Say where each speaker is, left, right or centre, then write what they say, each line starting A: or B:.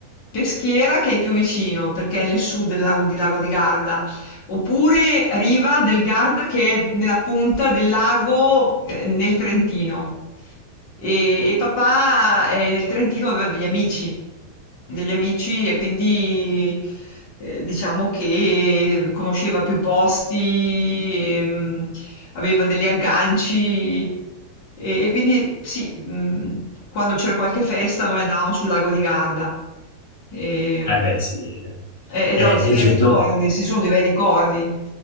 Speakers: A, on the left; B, on the left.
A: Peschiera che è più vicino perché è nel sud del lago di, Lago di Garda oppure Riva del Garda che è nella punta del lago eh, nel Trentino. E, e papà eh, nel Trentino aveva degli amici, degli amici e quindi eh, diciamo che conosceva più posti, ehm, aveva degli agganci e, e quindi sì, mh, quando c'era qualche festa noi andavamo sul lago di Garda. E,
B: Eh beh, sì,
A: eh, ed
B: è,
A: ho dei
B: è
A: bei
B: getto-
A: ricordi, sì, sono dei bei ricordi.